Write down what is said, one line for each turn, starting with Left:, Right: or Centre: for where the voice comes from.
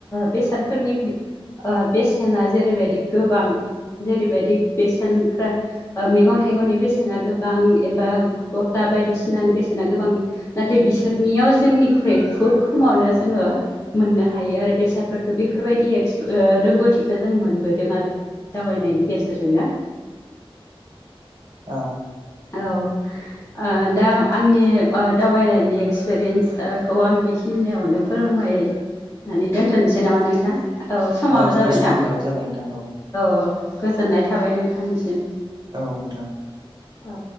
Left: बेसादफोरनि बि ओ बेसेना जेरैबायदि गोबां जेरैबायदि बेसेनफ्रा ओ मैगं थाइगंनि बेसेना गोबां एबा गस्ला बायदिसिनानि बेसेना गोबां नाथाय बि सोरनियाव जोंनिख्रुइ बुहुत खमावनो जोङो मोननो हायो आरो बेसाद फोरखो। बेफोरबायदि एक्स रोंगौथिखौ जों मोनबोदों आरो। दावबायनायनि गेजेरजोंनो।
Right: औ।
Left: औ आ दा आंनि ओ दावबायनायनि एक्सपिरियेन्सखौ आं बे खिनियावनो फोरमाय नानै दोन्थ'नोसै नामा नोंथां। औ समाबो
Right: जोंना
Left: जाबाय
Right: समखोन्दोआबो
Left: ना?
Right: जाबाय नोंथां औ
Left: अ गोजोननाय थाबाय नोंथांनिसिम।
Right: औ नोंथां।
Left: औ।